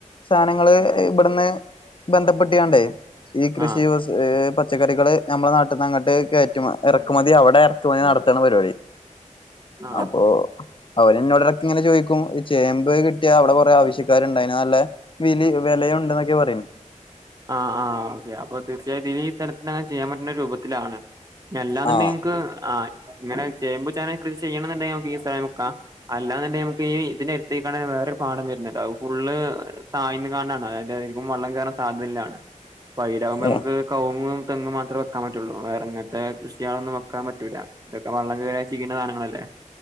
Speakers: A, on the left; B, on the right.
A: സാധനങ്ങള് ഇവിടുന്ന് ബന്ധപ്പെട്ടികാണ്ട് ഈ കൃഷി
B: ആഹ്
A: പച്ചക്കറികള് നമ്മളെ നാട്ടിൽ നിന്ന് അങ്ങോട്ട് കയറ്റ ഇറക്കുമതി അവിടെ ഇറക്കുമതി നടത്താണ് പരിപാടി
B: ആഹ്
A: അപ്പൊ അവരെന്നോടെടക്ക് ഇങ്ങനെ ചോദിക്കും ഈ ചേമ്പ് കി- കിട്ട്യാ അവിടെ കൊറേ ആവശ്യക്കാരുണ്ടായിന് അയ്ന് നല്ല വിലി വിലയുണ്ടെന്നൊക്കേണ് പറയണ
B: ആ ആ ഓക്കെ അപ്പൊ തീർച്ചയായട്ടും ഇത് ഈ സ്ഥലത്ത് അങ്ങനെ ചെയ്യാൻ പറ്റുന്ന രൂപത്തിലാണ് എല്ലാന്നുണ്ടെ
A: ആഹ്
B: ങ്ങക്ക് ആ ഇങ്ങനെ ചേമ്പ് ചേന കൃഷി ചെയ്യണം ന്ന്ണ്ടെിൽ നമ്മക്ക് ഈ സ്ഥലം വിക്കാ. അല്ലാന്നുണ്ടെങ്കിൽ ഈ ഇതിന്റെട്ത്ത് ത്തേക്കാണേൽ വേറൊരു പാടം വരണ് ണ്ട്. അത് ഫുള്ള് താഴ്ന്ന്കാണ്ടാണ്. അതീക്കും വെള്ളം കേറാ- സാധ്യള്ളാണ് പൈലാകുമ്പോ നമ്മക്ക്
A: ഏഹ്
B: കവുങ്ങും തെങ്ങും മാത്രേ വെക്കാൻ പറ്റയുള്ളൂ വേറെ ങ്ങൻത്തെ കൃഷികാളൊന്നും വെക്കാൻ പറ്റൂല ഇതൊക്കെ വള്ളം കേറ്യാ ചീയ്ണ സാധനങ്ങളല്ലേ